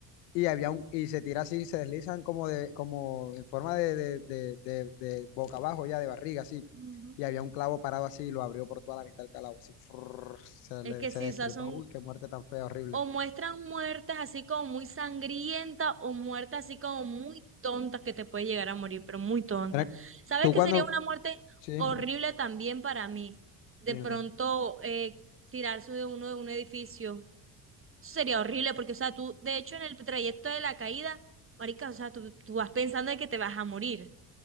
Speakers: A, on the left; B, on the right.
A: Y había un, y se tira así, se deslizan como de, como en forma de, de, de, de, de boca abajo, ya de barriga, así.
B: Ujú.
A: Y había un clavo parado así y lo abrió por toda la mitad del calabo, así, frrrr, se
B: es
A: le,
B: que
A: se
B: sí,
A: destripó.
B: o sea, son
A: Uy, qué muerte tan fea, horrible.
B: o muestran muertes así como muy sangrientas o muertes así como muy tontas que te puede llegar a morir, pero muy tonta.
A: Mira,
B: ¿Sabes
A: tú
B: que
A: cuando,
B: sería una muerte
A: sí,
B: horrible también para mí? De
A: dime.
B: pronto eh, tirarse de uno de un edificio. Eso sería horrible porque, o sea, tú, de hecho, en el trayecto de la caída, marica, o sea, tú, tú vas pensando de que te vas a morir